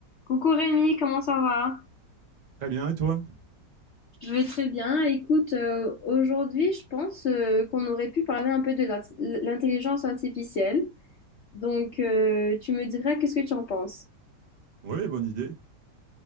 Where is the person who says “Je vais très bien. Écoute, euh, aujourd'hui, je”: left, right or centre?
Left